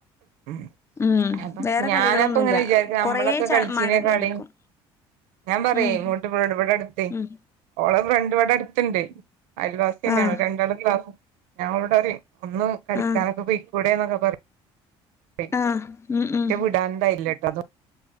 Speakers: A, on the right; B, on the left.
A: <unintelligible>
B: ഉം വേറെ
A: ഞാനപ്പൊ
B: കളികളൊന്നുല്ല
A: ഇങ്ങനെ വിചാരി ക്കും നമ്മളൊക്കെ
B: കൊറേ ച
A: കളിച്ചീനേ
B: മട്
A: കളി
B: മടുക്കും
A: ഞാൻ പറയാ
B: ഉം
A: ഇങ്ങോട്ട് വാ ഇവിടെടുത്തു
B: ഉം
A: ഓളെ ഫ്രണ്ട് ഇവിടെ അടുതുണ്ട് അയൽവാസി തന്നെയ
B: ആഹ്
A: രണ്ടാളും ഒരേ ക്ലാസ്സിലാ ഞാൻ അവളോട്‌ പറയും ഒന്ന് കളിക്കാനൊക്കെ
B: ആഹ്
A: പോ യിക്കൂടെ എന്നൊക്കെ പറയും പക്ഷെ
B: ആഹ് ഉം ഉം
A: വിടാൻണ്ടായില്ലട്ടോ അത